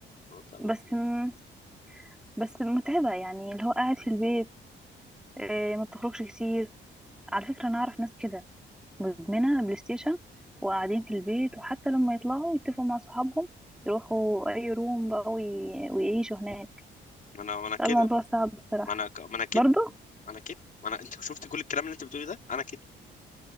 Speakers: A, on the left; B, in the centre.
A: فاهمة؟
B: بس م... بس متعبه يعني اللي هو قاعد في البيت إيه ما بتخرجش كتير على فكره انا اعرف ناس كده مدمنه بلاي ستيشن وقاعدين في البيت وحتى لما يطلعوا يتفقوا مع صحابهم يروحوا اي روم بقى وي... ويعيشوا هناك
A: ما انا ما انا كده
B: الموضوع صعب بصراحه
A: ما انا ك- ما انا كده
B: برضه
A: ما انا كده ما انا انت شفت كل الكلام اللي انت بتقولي ده انا كده